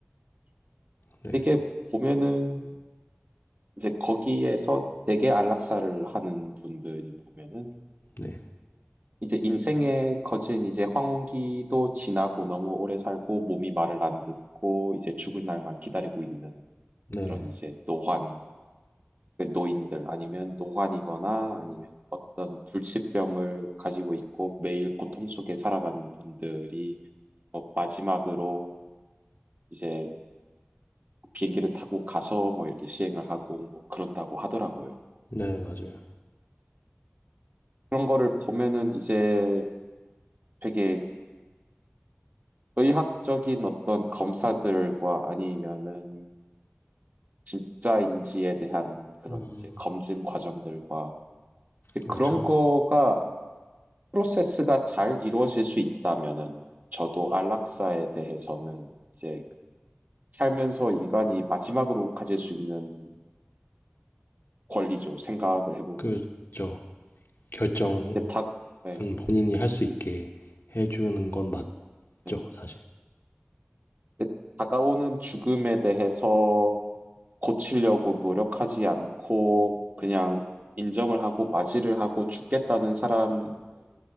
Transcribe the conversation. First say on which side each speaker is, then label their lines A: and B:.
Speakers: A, on the left; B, on the right.
A: 네.
B: 되게 보면은 이제 거기에서 되게 안락사를 하는 분들이 보면은
A: 네.
B: 이제 인생의 거진 이제 황혼기도 지나고 너무 오래 살고 몸이 말을 안 듣고 이제 죽을 날만 기다리고 있는
A: 네.
B: 그런 이제 노환 그 노인들 아니면 노환이거나 아니면 어떤 불치병을 가지고 있고 매일 고통 속에 살아가는 분들이 뭐 마지막으로 이제 비행기를 타고 가서 뭐 이렇게 시행을 하고 뭐 그런다고 하더라고요.
A: 네, 맞아요.
B: 그런 거를 보면은 이제 되게 의학적인 어떤 검사들과 아니면은 진짜인지에 대한 그런
A: 음,
B: 이제 검증 과정들과 이제
A: 그렇죠.
B: 그런 거가 프로세스가 잘 이루어질 수 있다면은 저도 안락사에 대해서는 이제 살면서 인간이 마지막으로 가질 수 있는 권리죠. 생각을 해보면.
A: 그죠. 결정은
B: 근데 다, 네,
A: 본인이 할 수 있게 해주는 건 맞죠,
B: 네.
A: 사실.
B: 근데 다가오는 죽음에 대해서 고치려고 노력하지 않고 그냥 인정을 하고 맞이를 하고 죽겠다는 사람을